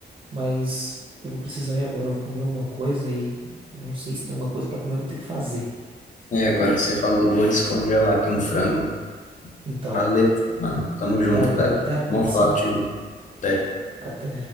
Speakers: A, on the right (about 30°); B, on the left (about 45°).
A: mas eu vou precisar ir agora. Eu vou comer alguma coisa e eu não sei se tem alguma coisa pra comer, eu vou ter que fazer.
B: É, agora que você falou, vou descongelar aqui um frango.
A: Então,
B: Valeu, mano. Tamo junto,
A: valeu,
B: cara.
A: até a próxima.
B: Bom falar contigo. Até.
A: Até.